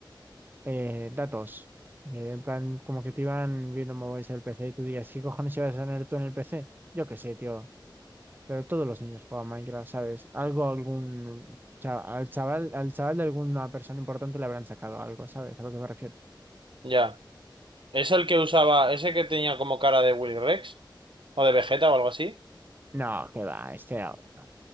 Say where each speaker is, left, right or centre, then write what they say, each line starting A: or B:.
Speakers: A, on the right (about 25°); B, on the right (about 85°).
A: Eh, datos. Eh, en plan, como que te iban viendo móviles del PC y tú digas, ¿qué cojones ibas a tener tú en el PC? Yo qué sé, tío. Pero todos los niños juegan Minecraft, ¿sabes? Algo, algún. cha- Al chaval, al chaval de alguna persona importante le habrán sacado algo, ¿sabes? A lo que me refiero.
B: Ya. ¿Es el que usaba, ese que tenía como cara de Willy Rex? ¿O de Vegeta o algo así?
A: No, que va, este era otro.